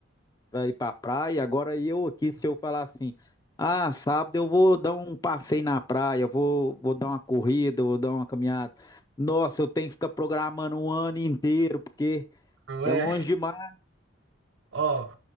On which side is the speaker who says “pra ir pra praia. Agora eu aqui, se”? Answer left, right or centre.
Left